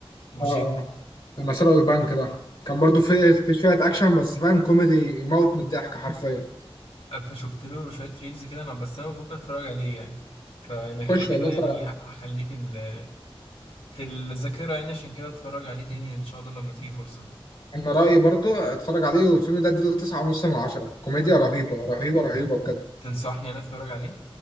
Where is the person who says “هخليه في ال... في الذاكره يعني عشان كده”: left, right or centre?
Left